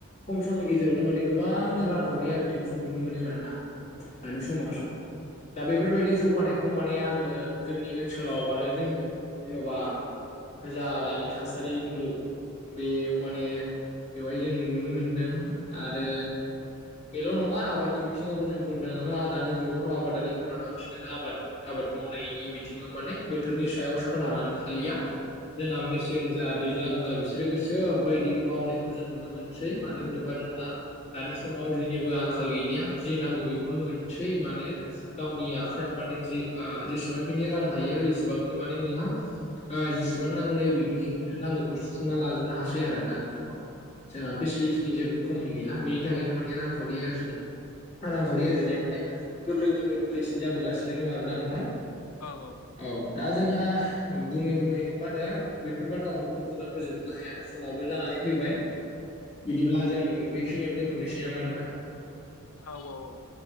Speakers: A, on the left (about 30°); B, on the left (about 80°).
A: खम समनि गेजेरावनो माने गोबां रांखावरि आरजिनायखौ जों नुनो मोनो आरो ना। दानि समासाव दा बेफोरबायदि जौगानायखौ माने आङो जोंनि ओनसोलाव आरो जोंनि जेन'बा होरजा दानि थासारि मुलुग बेव माने बेवहाय जों नुनो मोनदों आरो बेल' नङा आबादनि बिथिङावबो जों बुंदों आदानि जुगावथ' आबादारिफोरा बांसिनानो आबादनि आबाद मावनायनि बिथिङाव माने बोथोरनि सायाव सोनारनानै थालिया जोंहा मेसें जाद दैज्लां जा बिसोरो गोसो बायदि मावनायखौ जों नुनो मोनसै मानो होनोबा जोंहा दानि समाव जेनिबो आंखाल गैलिया जि नांगौ बेखौनो मोनसै माने गावनि आखाइयाव माने जि ओ जेसेबांखिनि रां थायो एसेबांनो माने नोंहा ओ जेसेबां नांगौ जायो बिनि नांगौखौ सुफुंना लाजोबनो हासै आरो दानि जुगाव जोंहा फेसिलिटिनि जेबो खमि गैला बेनि थाखायनो माने रांखावरि आरजिनो रांखावरि आरजिनाया माने गोरलैनिफ्राय गोरलैसिन जाबोगासिनो दं आरोना नोंथां
B: औ औ।
A: औ दा जोंहा बुङै बुङै मा होनो बेफोर बाथ थ्राफोरखौथ <unintelligible> ' बुंनानै फोजोबजोबनो हाया समाबो जानानै फैबाय बिदिब्ला जों बेखिनियावनो दोनथनोसै नामा नोंथां?
B: औ औ औ।